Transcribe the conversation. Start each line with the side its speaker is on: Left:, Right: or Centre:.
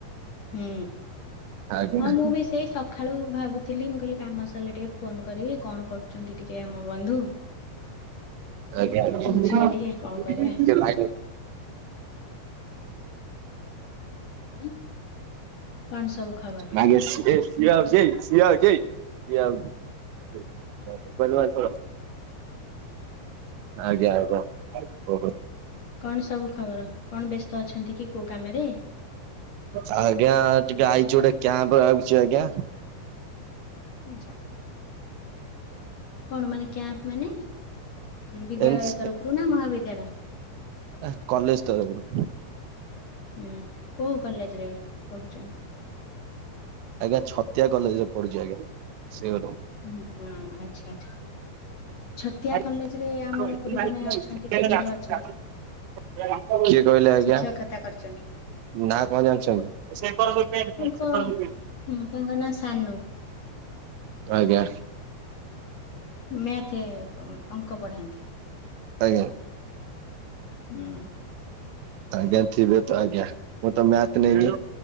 Left: ହୁଁ
Right: ଆଜ୍ଞା।
Left: ହଁ ମୁଁ ବି ସେଇ ସ ଖାଳୁ ଭାବୁଥିଲି ମୁଁ କହିଲି କାମ ସାରିଲେ ଟିକେ ଫୋନ କରିବି କଣ କରୁଛନ୍ତି ଟିକେ ଆମ ବନ୍ଧୁ।
Right: ଆଜ୍ଞା ଆଜ୍ଞା
Left: ବୁଝିବା ଟିକେ କଣ କରିବା
Right: ଟିକେ ଲା
Left: ଆଉ କଣ ସବୁ ଖବର
Right: <unintelligible> ଶିଆ ଅଛି ଶିଆ ଅଛି ଶିଆ <unintelligible> ଏଥର ଆଜ୍ଞା ଆଉ କଣ ଓଗୋ।
Left: କଣ ସବୁ ଖବର? କଣ ବ୍ୟସ୍ତ ଅଛନ୍ତି କି କୋଉ କାମରେ?
Right: ସାଆଜ୍ଞା ଟିକେ ଆଇଛି ଗୋଟେ କ୍ୟାମ୍ପ ଲାଗୁଛି ଆଜ୍ଞା।
Left: ମିଛା କଣ ମାନେ କ୍ୟାମ୍ପ ମାନେ? ବିଦ୍ୟାଳୟ
Right: ଏନ୍ସ
Left: ତରଫରୁ ନା ମହାବିଦ୍ୟାଳୟ?
Right: ଆ କଲେଜ ତରଫରୁ।
Left: ଉଁ କୋଉ କଲେଜରେ ପଢୁଛନ୍?
Right: ଆଜ୍ଞା ଛତିଆ କଲେଜରେ ପଢ଼ୁଛି ଆଜ୍ଞା ସେ
Left: ଉଁ ହୁଁ ଆଚ୍ଛା ଆଚ୍ଛା। ଛତିଆ
Right: <unintelligible>
Left: କଲେଜ ରେ ଆମର ଏପଟୁ ଜଣେ ଅଛନ୍ତି ଟିଚର ଅଛନ୍ତି।
Right: କିଏ କହିଲେ ଆଜ୍ଞା?
Left: ଶିକ୍ଷକତା କରିଛନ୍ତି
Right: ନାଁ କଣ ଜାଣିଛନ୍ତି?
Left: ତାଙ୍କ ହୁଁ ତାଙ୍କ ନାଁ ସାନୁ।
Right: ଆଜ୍ଞା।
Left: ମ୍ୟାଥେ ଅଙ୍କ ପଢ଼ାନ୍ତି।
Right: ଆଜ୍ଞା।
Left: ହୁଁ।
Right: ଆଜ୍ଞା ଥିବେ ତ ଆଜ୍ଞା ମୁଁ ତ ମ୍ୟାଥେ ନେଇନି